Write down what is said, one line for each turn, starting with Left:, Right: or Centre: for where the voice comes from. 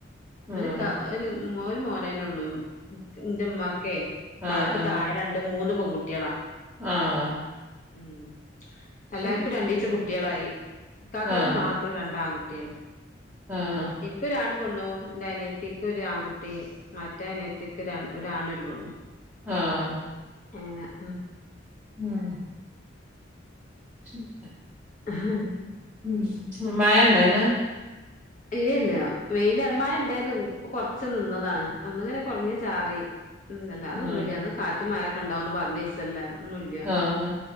Centre: ആഹ്
Left: ഒരു ക ഒരു മോന് മോനേന്നെ ഉള്ളു ന്റെ മ്മാക്കേ
Centre: ആഹ് ആഹ്
Left: ബാക്കി
Centre: ആഹ്
Left: താഴെ രണ്ട് മൂന്ന് പെൺകുട്ടിളാ
Centre: ആഹ്
Left: ഉം എല്ലാർക്കും
Centre: ശരി
Left: രണ്ടീച്ച കുട്ടികളായി കാക്കക്ക്
Centre: ആഹ്
Left: മാത്രം രണ്ടാകുട്ടി- ട്ടിള്
Centre: ആഹ്
Left: എനിക്കൊരാണ്- പെണു എന്റെ അനിയത്തിക്ക് ഒരു ആൺകുട്ടി മറ്റേ അനിയത്തിക്ക് ഒരാൺ ഒരാണു ഒരു പെണ്-
Centre: ആഹ്
Left: അങ്ങനെ ഉം
Centre: ഉം ശ <unintelligible>
Left: ആഹ
Centre: ഉം മഴ ഇണ്ടായില്ല
Left: ഏയ്‌ല്ല വെയിലാണ് മയേണ്ടാരുന്നു ഇപ്പ കൊറച് നിന്നതാണ് ഒന്നിങ്ങനെ കൊറഞ്ഞ് ചാറി മ് ന്നല്ല
Centre: ഉം
Left: അതൊന്നുല്ല ഇന്ന് കാറ്റും മയൊക്കെണ്ടാവുന്ന് പറഞ്ഞ ഇസല്ലാ ഒന്നുല്ല
Centre: ആഹ്